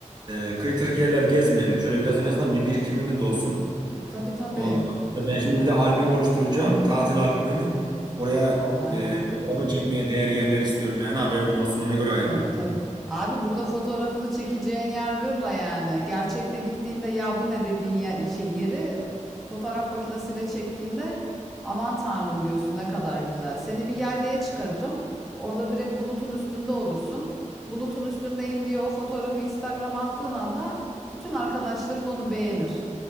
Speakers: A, on the right; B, in the centre.
A: e, kıytırık yerler gezmeyelim. Şöyle biraz en azından bir birikimimiz de olsun.
B: Tabii tabii.
A: Ondan sonra ben şimdi bir de albüm oluşturacağım. Tatil albümü. Oraya
B: Ha.
A: e, fotoğrafını çekmeye değer yerler istiyorum yani haberin olsun ona göre ayarla.
B: Tabii tabii. Abi burada fotoğrafını çekeceğin yer gırla yani. Gerçekte gittiğinde ya bu ne dediğin yer, şey, yeri fotoğraf makinesiyle çektiğinde aman tanrım diyorsun ne kadar güzel. Seni bir yaylaya çıkarırım. Orada direkt bulutun üstünde olursun. Bulutun üstündeyim diye o fotoğrafı Instagram'a attığın anda bütün arkadaşların onu beğenir.